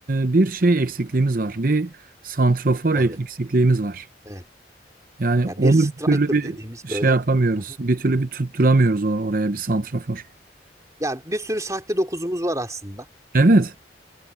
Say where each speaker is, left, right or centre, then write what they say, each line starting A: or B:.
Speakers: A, on the right (about 50°); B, on the right (about 20°).
A: e, bir şey eksikliğimiz var. Bir santrafor
B: Forvet.
A: ek- eksikliğimiz var.
B: Evet.
A: Yani
B: Yani
A: onu
B: bir striker
A: bir türlü bir
B: dediğimiz böyle.
A: şey yapamıyoruz.
B: Hı hı.
A: Bir türlü bir tutturamıyoruz or- oraya bir santrafor.
B: Yani bir sürü sahte dokuzumuz var aslında.
A: Evet.